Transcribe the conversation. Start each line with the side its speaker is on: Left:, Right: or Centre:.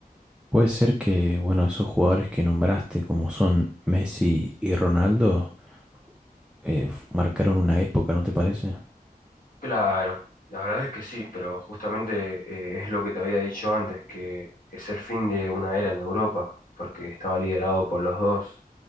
Centre: Puede ser que, bueno, esos jugadores que nombraste, como son Messi y Ronaldo, eh, f- marcaron una época, ¿no te parece?
Left: Claro, la verdad es que sí, pero justamente eh, es lo que te había dicho antes, que es el fin de una era en Europa, porque estaba liderado por los dos